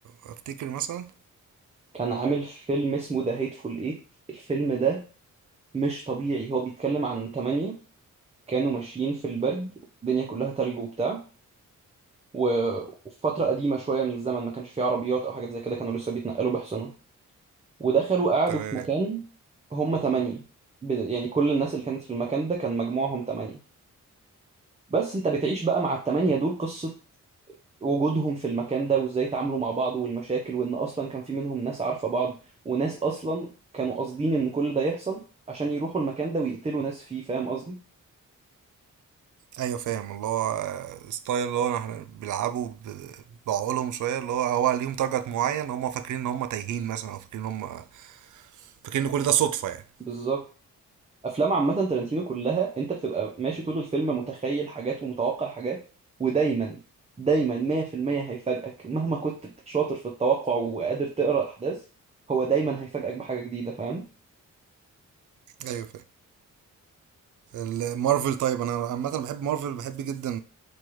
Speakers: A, on the right; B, on the right.
A: افتكر مثلا
B: كان عامل فيلم اسمه ذا هيتفول إيت الفيلم ده مش طبيعي هو بيتكلم عن تمانية كانوا ماشيين في البرد الدنيا كلها تلج وبتاع و- وفي فترة قديمة شوية من الزمن ما كانش فيه عربيات أو حاجات زي كده كانوا لسه بيتنقلوا بحصنة ودخلوا قعدوا
A: تمام
B: في مكان هم تمانية ب- يعني كل الناس اللي كانت في المكان ده كان مجموعهم تمانية بس أنت بتعيش بقى مع التمانية دول قصة وجودهم في المكان ده وإزاي تعاملوا مع بعض والمشاكل وإن أصلا كان في منهم ناس عارفة بعض وناس أصلا كانوا قاصدين إن كل ده يحصل عشان يروحوا المكان ده ويقتلوا ناس فيه فاهم قصدي؟
A: ايوه فاهم اللي هو ستايل اللي هو احنا بيلعبوا ب- بعقولهم شويه اللي هو هو ليهم تارجت معين هم فاكرين ان هم تايهين مثلا او فاكرين ان هم فاكرين ان كل ده صدفه يعني
B: بالظبط افلام عامه تارانتينو كلها انت بتبقى ماشي طول الفيلم متخيل حاجات ومتوقع حاجات ودايما دايما 100% هيفاجئك مهما كنت بت- شاطر في التوقع وقادر تقرا احداث هو دايما هيفاجئك بحاجه جديده فاهم
A: ايوه فاهم المارفل طيب انا عامه بحب مارفل بحب جدا